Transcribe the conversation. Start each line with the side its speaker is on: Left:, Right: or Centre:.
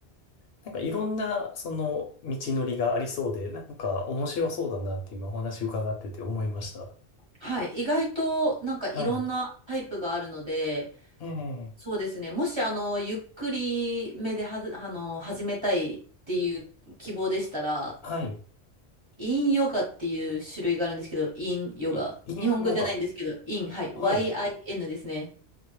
Left: なんかいろんなその道のりがありそうで、なんか面白そうだなって今お話伺ってて思いました。
Right: はい。意外となんかいろんなタイプがあるので、
Left: はい。
Right: そうですね。
Left: ええ
Right: もしあの、ゆっくりめではず、あの、始めたいっていう希望でしたら、
Left: はい。
Right: インヨガっていう種類があるんですけど、インヨガ。
Left: い、インヨガ。
Right: 日本語じゃないんですけど、イン、はい、
Left: はい。
Right: YIN ですね。